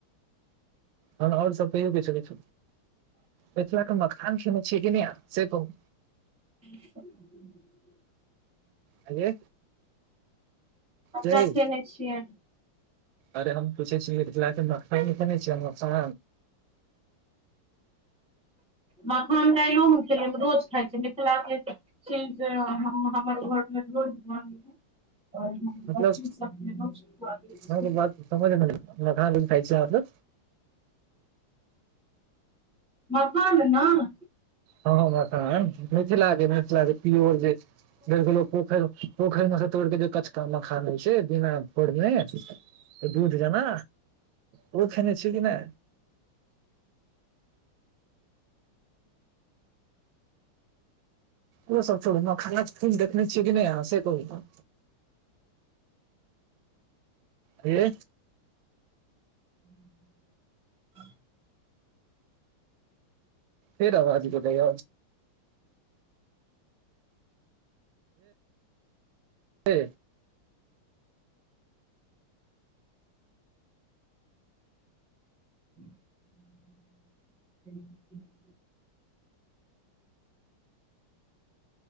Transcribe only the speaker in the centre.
<unintelligible>
कते
खेने छिय
मखान तइयो हम खेले रोज खाई छी मिथिलाके चीज हम हमर घर मे रोज म हैर
सब
<unintelligible>
मखान हय
<inaudible> <inaudible>
<inaudible>